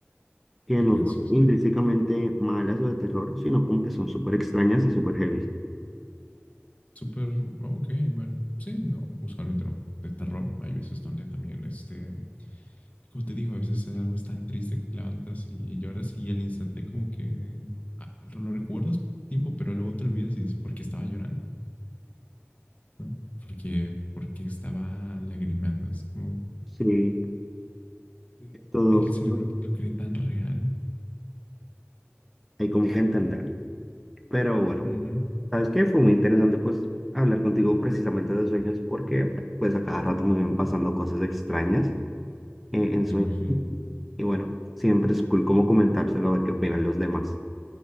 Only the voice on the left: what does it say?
diferencias,
¿no?
Súper, ok, bueno, sí, no, usualmente no. De terror, hay veces donde también, este, como te digo, a veces hay algo tan triste que te levantas y, y lloras y al instante como que ah, lo recuerdas tiempo, pero luego te olvidas y dices, ¿por qué estaba llorando? ¿No? Porque, porque estaba lagrimando. Es como
eh,
el cerebro
lo cree tan real.
Ujú,
Me
imagino.